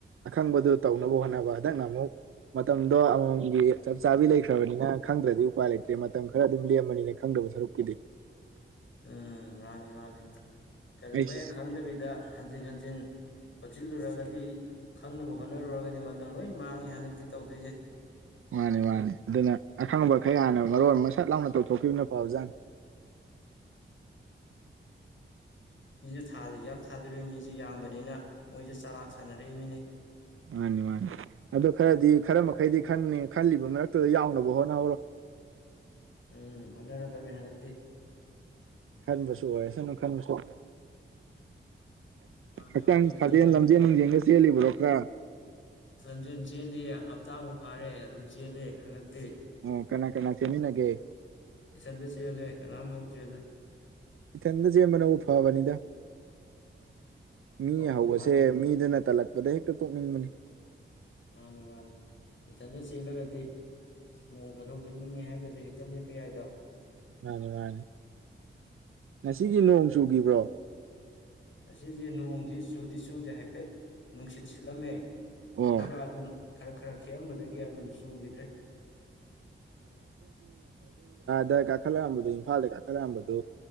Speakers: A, on the right; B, on the left.
A: ꯑꯈꯪꯕꯗꯨ ꯇꯧꯅꯕ ꯍꯣꯠꯅꯕ ꯍꯟꯗꯛꯅ ꯑꯃꯨꯛ ꯃꯇꯝꯗꯣ ꯑꯃꯃꯝꯒꯤ ꯆꯞ ꯆꯥꯕꯤ ꯂꯩꯈ꯭ꯔꯕꯅꯤꯅ ꯈꯪꯗ꯭ꯔꯗꯤ ꯎꯄꯥꯏ ꯂꯩꯇ꯭ꯔꯦ ꯃꯇꯝ ꯈꯔ ꯑꯗꯨꯝ ꯂꯦꯝꯕꯅꯤꯅ ꯈꯪꯗꯕ ꯁꯔꯨꯛꯀꯤꯗꯤ꯫
B: ꯎꯝ ꯃꯥꯅꯤ ꯃꯥꯅꯦ꯫ ꯀꯔꯤꯒꯨꯝꯕ
A: ꯑꯩꯁ
B: ꯍꯦꯛ ꯈꯪꯗꯕꯤꯗ ꯍꯟꯖꯤꯟ ꯍꯟꯖꯤꯟ ꯍꯣꯠꯆꯤꯜꯂꯨꯔꯒꯗꯤ ꯈꯪꯅꯕ ꯍꯣꯠꯅꯔꯨꯔꯒꯗꯤ ꯃꯇꯝ ꯂꯣꯏ ꯃꯥꯡꯉꯦ ꯍꯟꯗꯛꯇꯤ ꯇꯧꯗꯣꯏꯖꯦ꯫
A: ꯃꯥꯅꯤ ꯃꯥꯅꯤ ꯑꯗꯨꯅ ꯑꯈꯪꯕ ꯈꯩ ꯍꯥꯟꯅ ꯃꯔꯣꯟ ꯑꯃ ꯁꯠ ꯂꯥꯎꯅ ꯇꯧꯊꯣꯛꯈꯤꯕꯅ ꯐꯕꯖꯥꯠꯅꯤ꫰
B: ꯊꯥꯗꯤ ꯑꯦꯛꯖꯥꯝ ꯊꯥꯗꯣꯔꯤ ꯃꯤꯖꯤ ꯌꯥꯝꯕꯅꯤꯅ ꯃꯣꯏꯖꯨ ꯆꯂꯥꯛ ꯁꯥꯟꯅꯔꯛꯏꯝꯅꯤꯅꯦ꯫
A: ꯃꯥꯅꯤ ꯃꯥꯅꯤ ꯑꯗꯣ ꯈꯔꯗꯤ ꯈꯔ ꯃꯈꯩꯗꯤ ꯈꯟꯅꯤ ꯈꯜꯂꯤꯕ ꯃꯔꯛꯇꯨꯗ ꯌꯥꯎꯅꯕ ꯍꯣꯠꯅꯍꯧꯔꯣ꯫
B: ꯎꯝ ꯍꯣꯠꯅꯔꯗꯝꯅꯦ ꯍꯟꯗꯛꯇꯤ꯫
A: ꯈꯟꯕꯁꯨ ꯑꯣꯏꯔꯁꯅꯨ ꯈꯟꯕꯁꯨ
B: ꯃꯥꯅꯦ
A: ꯍꯛꯆꯥꯡ
B: ꯃꯥꯅꯦ ꯈꯜꯂꯗ
A: ꯁꯥꯖꯦꯜ ꯂꯝꯖꯦꯜ ꯅꯨꯡꯖꯦꯜꯒ ꯆꯦꯜꯂꯤꯕ꯭ꯔꯣ ꯈꯔ
B: ꯂꯝꯖꯦꯟ ꯆꯦꯜꯂꯤꯌꯦ ꯍꯞꯇꯥꯃꯨꯛ ꯐꯥꯔꯦ ꯑꯗꯨꯝ ꯆꯦꯜꯂꯦ ꯍꯟꯗꯛ ꯇꯦ꯫
A: ꯑꯣ ꯀꯅꯥ ꯀꯅꯥ ꯆꯦꯟꯃꯤꯟꯅꯒꯦ꯫
B: ꯏꯊꯟꯗ ꯆꯦꯜꯂꯦ ꯀꯅꯥꯝ ꯍꯧꯗ꯭ꯔꯦꯗ꯫
A: ꯏꯊꯟꯗ ꯆꯦꯟꯕꯅꯕꯨ ꯐꯕꯅꯤꯗ꯫
B: <inaudible>
A: ꯃꯤ
B: ꯑꯧ
A: ꯍꯧꯕꯁꯦ
B: ꯃꯥꯅꯦ
A: ꯃꯤꯗꯨꯅ ꯇꯜꯂꯛ ꯑꯗꯩ ꯍꯦꯛꯇ ꯇꯣꯛꯅꯤꯡꯕꯅꯤ꯫
B: ꯃꯥꯅꯤ ꯃꯥꯅꯤ ꯏꯊꯟꯗ ꯆꯦꯜꯂꯒꯗꯤ ꯅꯣꯡ ꯐꯥꯗꯣꯛ ꯂꯦꯞꯅꯤꯡꯉꯦ ꯍꯥꯏꯔꯒꯁꯨ ꯍꯦꯛꯇ ꯂꯦꯞꯄ ꯌꯥꯏꯗꯣ꯫
A: ꯃꯥꯅꯤ ꯃꯥꯅꯤ ꯉꯁꯤꯒꯤ ꯅꯣꯡ ꯆꯨꯒꯤꯕ꯭ꯔꯣ꯫
B: ꯉꯁꯤꯁꯦ ꯅꯣꯡꯁꯤ ꯆꯨꯗꯤ ꯆꯨꯗꯦ ꯍꯥꯏꯐꯦꯠ ꯅꯨꯡꯁꯤꯠ ꯁꯤꯠꯂꯝꯃꯦ
A: ꯑꯣ
B: ꯑꯗꯨꯒ ꯑꯗꯨꯝ ꯈꯔ ꯈꯔ ꯈꯤꯛꯑꯝꯕꯗꯒꯤ ꯑꯗꯨꯝ ꯆꯨꯈꯤꯗ꯭ꯔꯦ꯫
A: ꯗ ꯀꯥꯈꯠꯂꯛꯑꯝꯕꯗꯨ ꯏꯝꯐꯥꯜꯗ ꯀꯥꯈꯠꯂꯛꯑꯝꯕꯗꯨ